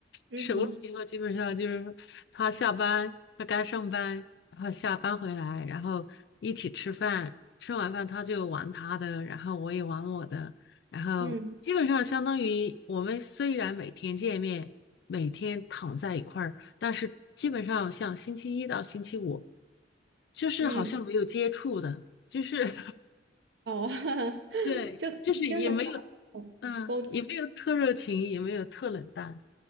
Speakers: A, on the right (about 80°); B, on the left (about 65°).
A: 嗯
B: 熟了以后，基本上就是说他下班，他该上班，然后下班回来，然后一起吃饭，吃完饭他就玩他的，然后我也玩我的，然后基本上相当于我们虽然每天见面，
A: 嗯
B: 每天躺在一块儿，但是基本上像星期一到星期五，就是好像没有接触的，
A: 嗯，
B: 就是 <laughs>
A: 哦，<laughs>
B: 对，
A: 就可能精神
B: 就是也没有，
A: 上沟通，
B: 嗯，也没有特热情，也没有特冷淡，